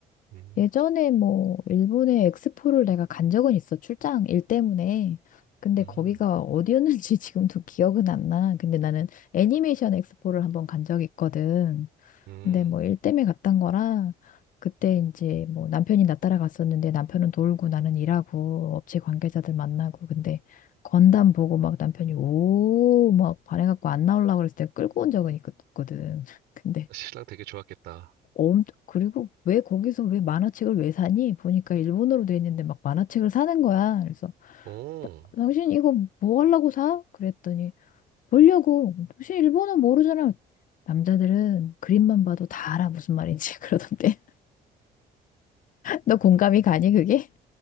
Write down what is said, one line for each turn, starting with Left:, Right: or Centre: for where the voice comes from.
Right: 음,
Left: 예전에 뭐 일본의 엑스포를 내가 간 적은 있어. 출장 일 때문에. 근데
Right: 음,
Left: 거기가 어디였는지 <laughs> 지금도 기억은 안 나. 근데 나는 애니메이션 엑스포를 한번 간 적이 있거든.
Right: 음.
Left: 근데 뭐 일 때문에 갔던 거라 그때 이제 뭐 남편이 나 따라갔었는데 남편은 돌고 나는 일하고 업체 관계자들 만나고 근데 건담 보고 막 남편이 오 막 반해갖고 안 나오려고 그랬을 때 끌고 온 적은 있거든. <laughs> 근데
Right: 신랑 되게 좋았겠다.
Left: 엄 그리고 왜 거기서 왜 만화책을 왜 사니? 보니까 일본어로 돼 있는데 막 만화책을 사는 거야. 그래서
Right: 어,
Left: 당신 이거 뭐 하려고 사? 그랬더니 보려고. 당신 일본어 모르잖아. 남자들은 그림만 봐도 다 알아 무슨 말인지 <laughs> 그러던데. 너 공감이 가니, 그게?